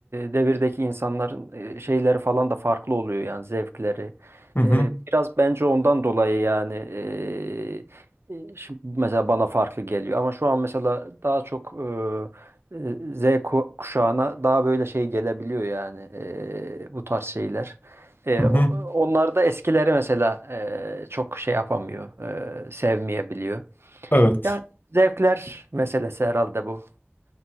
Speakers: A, on the right (about 75°); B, on the left (about 55°).
A: devirdeki insanların e, şeyleri falan da farklı oluyor yani zevkleri.
B: hı hı,
A: E, biraz bence ondan dolayı yani e, E, Şimdi mesela bana farklı geliyor ama şu an mesela daha çok e, e, Z ku- kuşağına daha böyle şey gelebiliyor yani e, bu tarz şeyler. E,
B: hı
A: o-
B: hı.
A: onlar da eskileri mesela e, çok şey yapamıyor, e, sevmeyebiliyor.
B: Evet,
A: Yani zevkler meselesi herhalde bu.